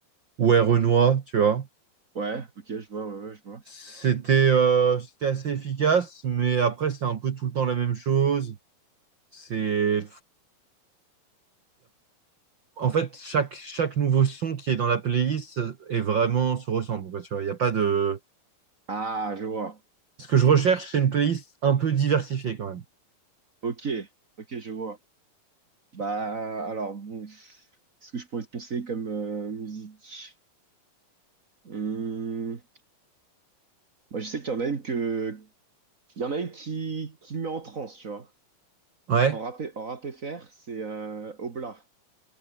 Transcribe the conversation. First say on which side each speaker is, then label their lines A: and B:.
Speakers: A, on the right; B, on the right.
A: ou Renoir, tu vois.
B: ouais, ok, je vois, ouais, ouais, je vois.
A: C'était euh, c'était assez efficace, mais après, c'est un peu tout le temps la même chose. C'est. en fait, chaque, chaque nouveau son qui est dans la playlist euh, est vraiment se ressemble. quoi, tu vois, il n'y a pas de.
B: Ah, je vois.
A: Ce que je recherche, c'est une playlist un peu diversifiée quand même.
B: Ok, ok, je vois. Bah, alors, bon, pff, qu'est-ce que je pourrais te conseiller comme euh, musique? Hum, moi, je sais qu'il y en a une que, il y en a une qui, qui me met en transe, tu vois.
A: Ouais.
B: En rap, en rap FR, c'est euh, Obla.